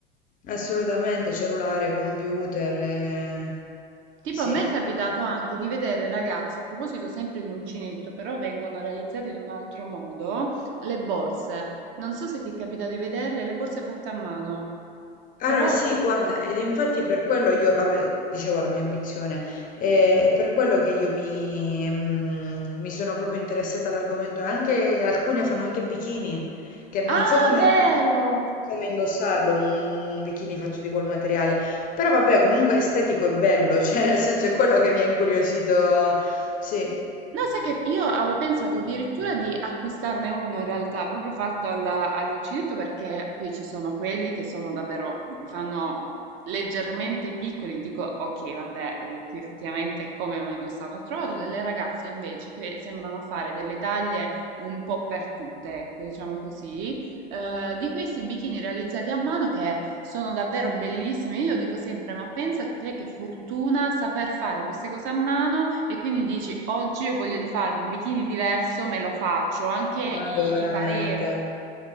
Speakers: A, on the left; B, on the right.
A: assolutamente, cellulare, computer, eh,
B: Tipo,
A: sì.
B: a me è capitato anche di vedere ragazze, a proposito sempre di uncinetto, però vengono realizzate in un altro modo, le borse. Non so se ti è capitato di vederle, le borse fatte a mano, però...
A: Allora, sì, guarda, ed infatti per quello io, vabbè, dicevo la mia ambizione, e, e per quello che io mi, mm, mi sono proprio interessata all'argomento, anche alcune fanno anche bikini, che non
B: Ah,
A: so come,
B: vero!
A: come indossarlo, un, un bikini fatto di quel materiale, però vabbè, comunque è estetico e bello, <laughs> cioè nel senso è quello che mi ha incuriosito, sì,
B: No, sai che io avevo pensato addirittura di acquistarne uno in realtà, proprio fatto al- all'uncinetto, perché poi ci sono quelli che sono davvero, li fanno leggermente piccoli, dico ok, vabbè, eh, qui effettivamente come ho indossato. Ho trovato delle ragazze invece che sembrano fare delle taglie un po' per tutte, ecco, diciamo così, eh, di questi bikini realizzati a mano che sono davvero bellissimi. Io dico sempre, ma pensa a te che fortuna saper fare queste cose a mano e quindi dici, oggi ho voglia di farmi un bikini diverso, me lo faccio, anche i,
A: nato veramente,
B: i pareo.